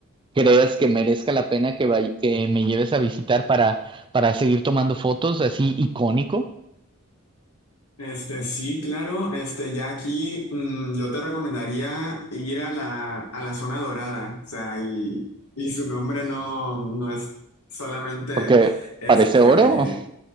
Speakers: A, on the right (about 20°); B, on the left (about 80°).
A: creas que merezca la pena que, vay- que me lleves a visitar para, para seguir tomando fotos así icónico?
B: Este, sí, claro, este, ya aquí mm, yo te recomendaría ir a la, a la zona dorada, o sea, y, y su nombre no, no es solamente,
A: Porque
B: este,
A: parece oro.